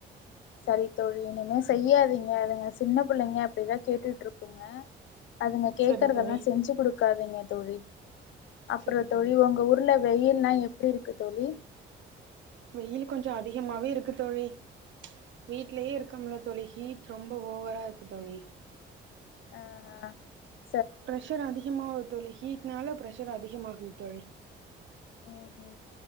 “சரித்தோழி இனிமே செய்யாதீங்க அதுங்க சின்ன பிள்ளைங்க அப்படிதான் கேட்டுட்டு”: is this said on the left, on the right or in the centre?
Left